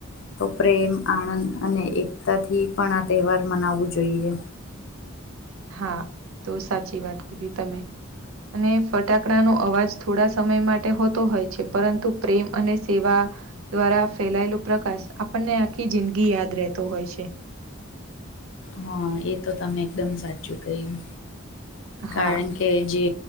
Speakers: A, on the left; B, on the right.
A: તો પ્રેમ, આનંદ અને એકતાથી પણ આ તહેવાર મનાવવું જોઈએ.
B: હા તો સાચી વાત કીધી તમે. અને ફટાકડાનો અવાજ થોડા સમય માટે હોતો હોય છે પરંતુ પ્રેમ અને સેવા, દ્વારા ફેલાયેલો પ્રકાશ આપણને આખી જિંદગી યાદ રહેતો હોય છે.
A: હા એ તો તમે એકદમ સાચું કહ્યું કારણ
B: હા
A: કે કે જે